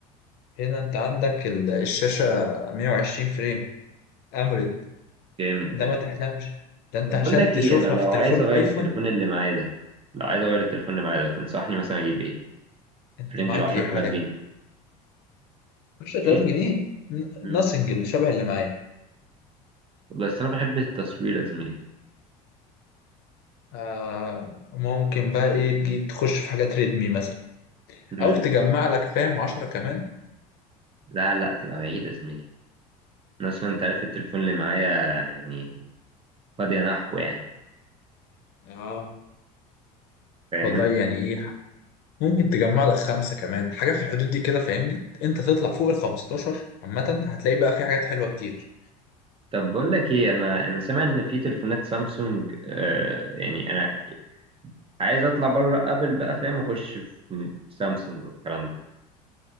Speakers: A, on the left; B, on the right.
A: هنا انت عندك ال- الشاشه 120 فريم اموليد
B: جامد
A: ده
B: ده
A: ما تحلمش ده انت
B: طب
A: عشان
B: بقول لك
A: تشوفها
B: ايه انا لو
A: في تليفون
B: عايز اغير
A: ايفون
B: التليفون اللي معايا ده لو عايز اغير التليفون اللي معايا ده تنصحني مثلا اجيب ايه
A: انت
B: في رينج
A: معاك
B: ال 10000
A: ايه حاليا
B: جنيه
A: 10000
B: ايه
A: جنيه
B: امم
A: ناثينج الشبه اللي معايا
B: بس انا بحب التصوير يا زميلي
A: آه ممكن بقى ايه تجي تخش في حاجات ريدمي مثلا
B: امم
A: او تجمع لك فاهم عشرة كمان
B: لا لا تبقى بعيد يا زميلي انا اصلا انت عارف التليفون اللي معايا يعني قد ينحو يعني
A: اه
B: فاهم
A: والله يعني ايه ممكن تجمع لك خمسة كمان حاجة في الحدود دي كده فاهمني انت تطلع فوق ال 15 عامة هتلاقي بقى في حاجات حلوة كتير
B: طب بقول لك ايه انا انا سامع ان في تليفونات سامسونج آه يعني انا عايز اطلع بره ابل بقى فاهم واخش في سامسونج والكلام ده